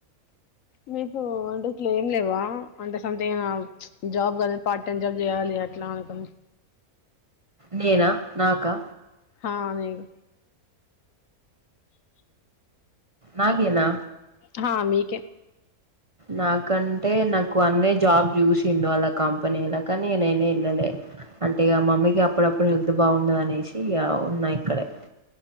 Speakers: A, on the left; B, on the right.
A: మీకు వంటే ఇట్లా ఏం లేవా అంటే సంథింగ్ జాబ్ కానీ పార్ట్ టైమ్ జాబ్ చేయాలి అట్లా అనుకని
B: నేనా నాకా
A: హా నీకు
B: నాకేనా
A: హా మీకే
B: నాకంటే నాకు అన్నే జాబ్ చూసిండు వాళ్ళ కంపెనీలా కానీ నేనే వెళ్ళలే అంటే ఇక మమ్మీకి అప్పుడప్పుడు హెల్త్ బాగుండదు అనేసి ఇగ ఉన్నా ఇక్కడే